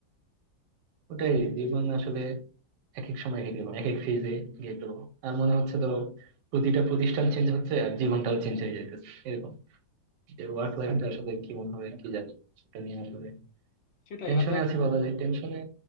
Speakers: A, on the right (about 70°); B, on the left (about 50°).
A: ওটাই জীবন আসলে এক এক সময় এক এক রকম, এক এক ফেজে গেট আর মনে হচ্ছে ধরো প্রতিটা প্রতিষ্ঠান চেঞ্জ হচ্ছে আর জীবনটাও চেঞ্জ হয়ে যাইতেছে এরকম যে ওয়ার্ক লাইফটা আসলে কেমন হবে কি জানি সেটা নিয়ে আসলে
B: সেটাই
A: টেনশনে
B: আর দেখ
A: আছি বলা যায় টেনশনে